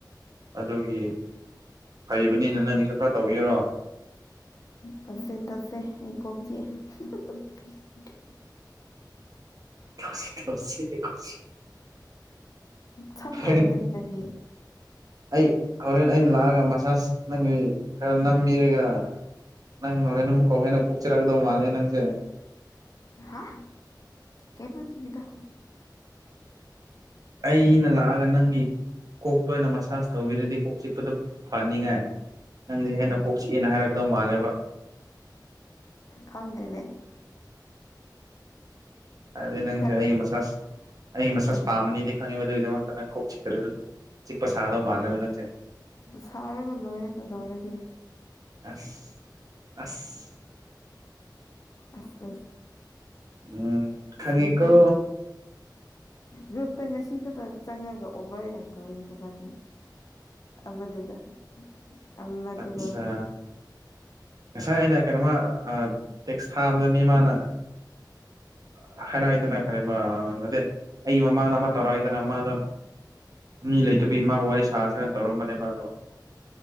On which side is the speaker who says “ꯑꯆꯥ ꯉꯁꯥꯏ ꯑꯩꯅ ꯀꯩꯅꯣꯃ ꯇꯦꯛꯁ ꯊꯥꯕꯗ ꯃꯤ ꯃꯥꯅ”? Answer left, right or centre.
Right